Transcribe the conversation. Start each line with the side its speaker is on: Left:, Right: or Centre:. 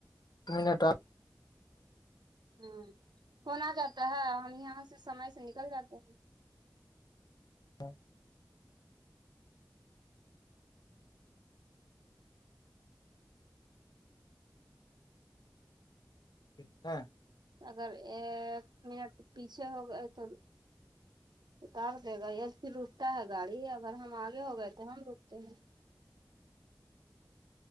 Left: <unintelligible>
Right: ہوں فنا آ جاتا ہے ہم یہاں سے سمے سے نکل جاتے ہیں
Left: <unintelligible> <unintelligible>
Right: اگر ایک منٹ پیچھے ہو گئے تو اتار دے گا پ رکتا ہے گاڑی اگر ہم آگے ہو گئے تو ہم رکتے ہیں